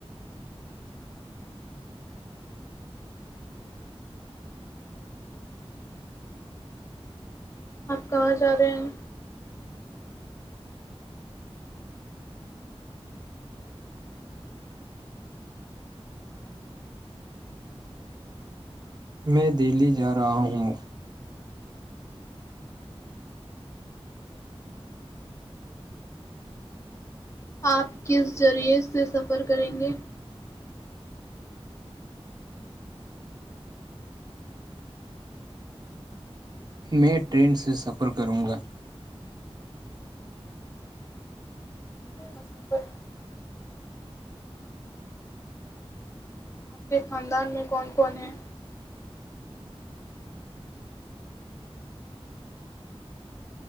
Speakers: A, on the left; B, on the right.
A: آپ کہاں جا رہے ہیں
B: میں دہلی جا رہا ہوں
A: آپ کس ذریعے سے سفر کریں گے
B: میں ٹرین سے سفر کروں گا
A: سفرار اپنے خاندان میں کون کون ہیں